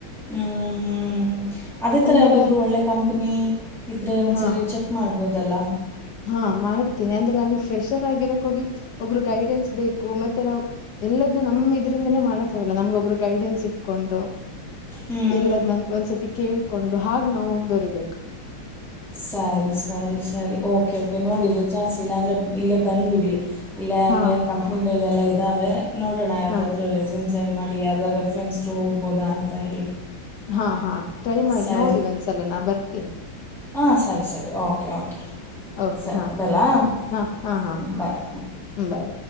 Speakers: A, in the centre; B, on the left.
A: ಹ್ಮ್, ಹ್ಮ್, ಹ್ಮ್ ಅದೇ ತರ
B: ಅಂದ್ರೆ
A: ಯಾವುದಾದರೂ ಒಳ್ಳೆ ಕಂಪನಿ ಇದ್ರೆ ಒಂದ್ಸರಿ
B: ಹಾ
A: ಚ ಮಾಡ್ಬೋದಲ್ಲ.
B: ಹಾ ಮಾಡ್ತೀನಿ ಅಂದ್ರೆ ನಮಗ್ ಫ್ರೆಷರ್ ಆಗಿರಕ್ ಹೋಗಿ ಒಬ್ಬ್ರ ಗೈಡೆನ್ಸ್ ಬೇಕು. ಮತ್ತೆ ನಾವ್, ಎಲ್ಲದುನು ನಮ ಇದ್ರಿಂದನೇ ಮಾಡಕ್ಕ ಆಗಲ್ಲ. ನಮ್ಗೊಬ್ರು ಗೈಡೆನ್ಸ್ ಇಟ್ಕೊಂಡು
A: ಹ್ಞೂ
B: ಎಲ್ಲರನ್ ಒಂದ್ಸತಿ ಕೇಳ್ಕೊಂಡು ಹಾಗ ನಾವು ಮುಂದುವರಿಬೇಕು.
A: ಸರಿ ಸರಿ ಸರಿ ಓಕೆ ಓಕೆ ನೋಡಿ ಜಾಸ್ತಿ ಇಲ್ಲ ಅಂದ್ರೆ ಇಲ್ಲೇ ಬಂದ್ಬಿಡಿ. ಇಲ್ಲ ಅನಿಯ
B: ಹಾ
A: ಕಂಪ್ನಿಗಳ ಎಲ್ಲ ಇದ್ದಾವೆ. ನೋಡೋಣ ಯಾವ್ದಾದ್ರು
B: ಹಾ
A: ಜಿಮ್ ಜೈನ್ ಮಾಡಿ ಯಾವ್ದೋ ರೆಫರೆನ್ಸ್ ಹೋಗಬೋದಾ ಅಂತ ಹೇಳಿ.
B: ಹಾ ಹಾ ಟ್ರೈ ಮಾಡಿ
A: ಸರಿ
B: ನೋಡಿ ಒಂದ್ಸಲ ನಾ ಬರ್ತೀನಿ.
A: ಹಾಂ ಸರಿ ಸರಿ ಓಕೆ ಓಕೆ.
B: ಓಕೆ
A: ಸರಿ
B: ಹಾ
A: ಬಲಾ
B: ಹಾ ಹಾ ಹಾ
A: ಹ್ಮ ಬಾಯ್
B: ಹ್ಮ್ ಬಾಯ್ ಬಾಯ್.